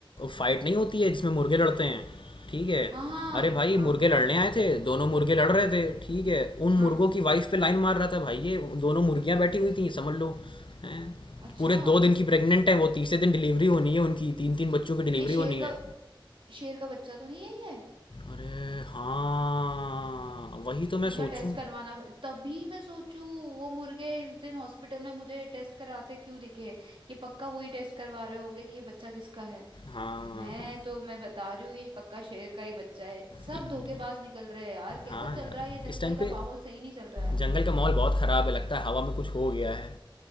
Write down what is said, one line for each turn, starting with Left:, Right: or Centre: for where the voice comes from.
Left: फाइट नहीं होती है जिसमें मुर्गे लड़ते हैं ठीक है
Right: हाँ हाँ
Left: अरे भाई
Right: हाँ
Left: मुर्गे लड़ने आए थे दोनों मुर्गे लड़ रहे थे ठीक है उन
Right: हाँ
Left: मुर्गों की वाइफ पे लाइन मार रहा था भाई ये दोनों मुर्गियां बैठी हुई थी समझ लो हैं
Right: अच्छा
Left: पूरे दो दिन की प्रेग्नेंट है वो तीसरे दिन डिलीवरी होनी है उनकी तीन तीन बच्चों की डिलीवरी
Right: ये शेर
Left: होनी है
Right: का शेर का बच्चा तो नहीं है ये
Left: अरे हाँ वही तो मैं
Right: इनका
Left: सोचूं
Right: टेस्ट करवाना पड़- तभी मैं सोचू वो मुर्गे उस दिन हॉस्पिटल में मुझे टेस्ट कराते क्यों दिखे ये पक्का वही टेस्ट करवा रहे होगे कि ये बच्चा किसका है
Left: हाँ
Right: मैं तो मैं बता रही हूँ ये पक्का शेर का ही बच्चा है सब
Left: ये-
Right: धोखेबाज निकल रहे हैं यार कैसा
Left: हाँ
Right: चल
Left: यार,
Right: रहा है ये जंगल
Left: इस टाइम
Right: का
Left: पे
Right: माहौल सही नहीं चल रहा है
Left: जंगल का माहौल बहुत ख़राब है, लगता है हवा में कुछ हो गया है।